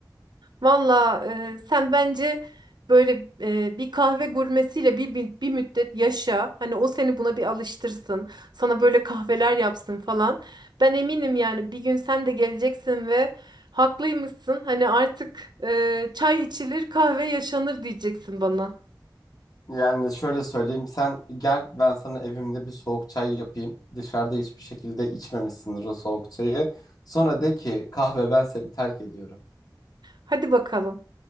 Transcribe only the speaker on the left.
Yani şöyle söyleyeyim sen gel ben sana evimde bir soğuk çay yapayım. Dışarıda hiçbir şekilde içmemişsindir o soğuk çayı. Sonra de ki kahve ben seni terk ediyorum.